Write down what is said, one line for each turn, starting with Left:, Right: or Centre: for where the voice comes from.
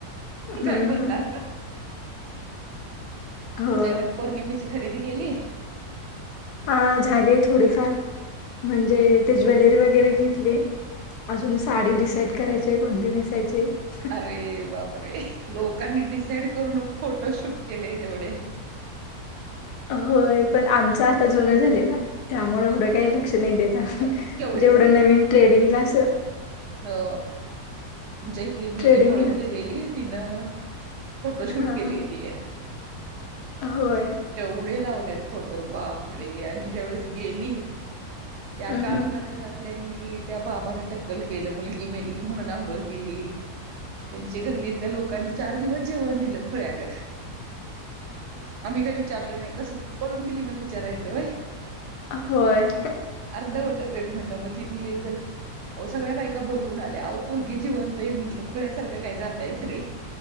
Left: हम्म
Right: काय बोलणार.
Left: हो
Right: काय वट पौर्णिमेची खरेदी केली?
Left: हा झालीय थोडीफार. म्हणजे ते ज्वेलरी वगैरे घेतली. अजून साडी डिसाईड करायचीय कोणती नेसायचीय हा.
Right: अरे बापरे! लोकांनी डिसाईड करून फोटोशूट केले केवढे
Left: होय. पण आमचं आता जुन झालय ना त्यामुळ एवढं काय लक्ष नाई देत. हम.
Right: आई केवढे
Left: जेवढं नवीन ट्रेडिंगला असं
Right: हो. आमच्या इथली मुलगी
Left: ट्रेडिंगला
Right: पळून गेलेली तिनं फोटोशूट
Left: हा
Right: केलीय
Left: हा
Right: ती.
Left: होय.
Right: केवढे लावलेत फोटो बापरे आणि ज्या वळेस गेली त्या
Left: हम्म
Right: काळाला
Left: हम्म.
Right: घरात आपल्यांनी त्या बाबान टक्कल केलं मुलगी मेली म्हणून आंघोळ केली. त्यांची गल्लीतल्या लोकांनी चार दिवस जेवण दिलं खुळ्यागत. आम्ही काई विचारलं नाई कसं पळून गेली म्हणून विचारायचं होय?
Left: होय.
Right: अर्धवटच हायत म्हणलं म तथली एक जण अहो सगळ्या बायका बोलवून आल्या. अहो पोरगी जिवंत हाय म्हटलं खुळ्यासारखं काय जाताय घरी.